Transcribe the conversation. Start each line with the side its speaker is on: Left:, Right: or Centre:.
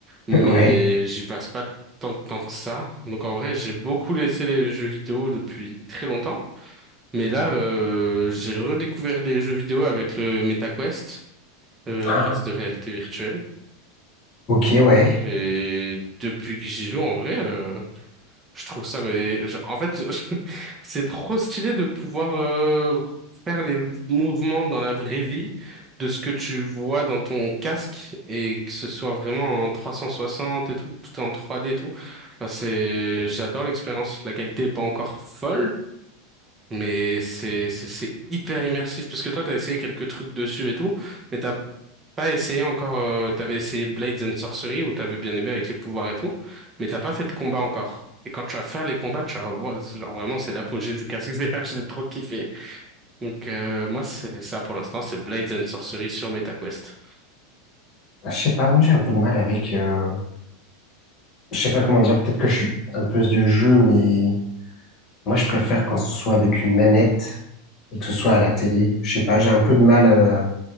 Right: mais
Left: <laughs> Ouais.
Right: j'y passe pas tant de temps que ça. Donc en vrai, j'ai beaucoup laissé les jeux vidéo depuis très longtemps. Mais là, euh, j'ai redécouvert les jeux vidéo avec le MetaQuest, euh,
Left: Ah,
Right: casque de réalité virtuelle.
Left: ok, ouais.
Right: Et depuis que j'y joue, en vrai, euh, je trouve ça, mais je- en fait, je- <laughs> c'est trop stylé de pouvoir euh, faire les mouvements dans la vraie vie de ce que tu vois dans ton casque et que ce soit vraiment en 360 et tout, tout est en 3D et tout. Enfin, c'est, j'adore l'expérience. La qualité est pas encore folle, mais c'est c'est c'est hyper immersif parce que toi t'as essayé quelques trucs dessus et tout, mais t'as pas essayé encore, euh, t'avais essayé Blades and Sorcery où t'avais bien aimé avec les pouvoirs et tout, mais t'as pas fait de combat encore. Et quand tu vas faire les combats, tu vas voir, c'est genre vraiment c'est l'apogée du casque VR, <laughs> j'ai trop kiffé. Donc euh, moi c'est ça pour l'instant, c'est Blades and Sorcery sur MetaQuest.
Left: Ah, Je sais pas, moi, j'ai un peu de mal avec... euh, je sais pas comment dire, peut-être que je suis un peu vieux jeu, mais moi je préfère quand ce soit avec une manette et que ce soit à la télé. Je sais pas, j'ai un peu de mal à,